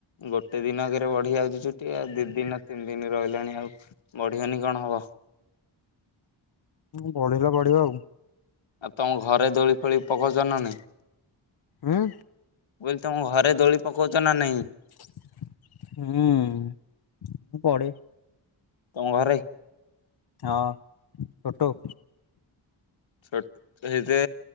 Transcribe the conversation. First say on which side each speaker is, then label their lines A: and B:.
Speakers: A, on the left; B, on the left.
A: ଗୋଟେ ଦିନକରେ ବଢିଆଉଛି ଚୁଟି ଆଉ ଦି ଦିନ ତିନି ଦିନ ରହିଲାଣି ଆଉ। ବଢିବନି କଣ ହବ?
B: ହଁ ବଢିଲେ ବଢିବ ଆଉ।
A: ଆଉ ତମ ଘରେ ଦୋଳି ଫୋଳି ପକଉଛ ନା ନାଇଁ?
B: ଉଁ।
A: ମୁଁ କହିଲି ତମ ଘରେ ଦୋଳି ପକଉଛ ନା ନାହିଁ?
B: ହଁ ମୁଁ ପଢେ।
A: ତମ ଘରେ?
B: ହଁ ଛୋଟୁ
A: ଛୋଟ ସେଇରେ